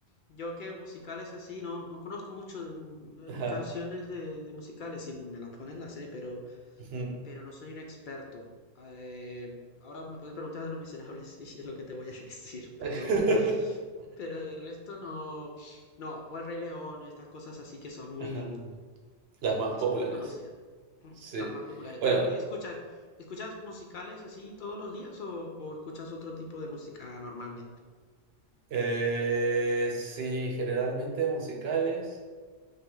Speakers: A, on the left; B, on the right.
A: Yo que musicales así, no, no conozco mucho de mu- de
B: Ajá.
A: canciones de, de musicales. Si me las pones, las sé, pero...
B: Ujú.
A: pero no soy un experto. Eh, ahora me puedes preguntar de Los Miserables <laughs> y es lo que te voy a decir, pero,
B: <laughs>
A: pero el resto no, no, o El Rey León, estas cosas así que son muy,
B: Ajá. Las más
A: que
B: populares.
A: son muy conocidas, <clears throat>
B: Sí.
A: las más populares.
B: Bueno,
A: Pero eh, escuchas, ¿escuchas musicales así todos los días o, o escuchas otro tipo de música normalmente?
B: eh, sí, generalmente musicales